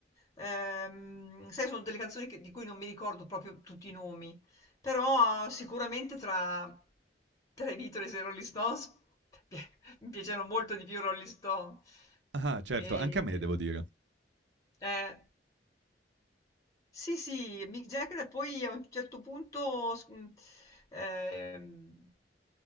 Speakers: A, on the left (about 20°); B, on the right (about 80°).
A: Ehm, sai sono delle canzoni che di cui non mi ricordo proprio tutti i nomi, però sicuramente tra tra i Beatles e i Rolling Stones <laughs> mi piacevano molto di più i Rolling Stones.
B: Ah-ah, certo,
A: E
B: anche a me devo dire.
A: e eh. Sì, sì, Mick Jagger e poi a un certo punto s mhmm, ehm,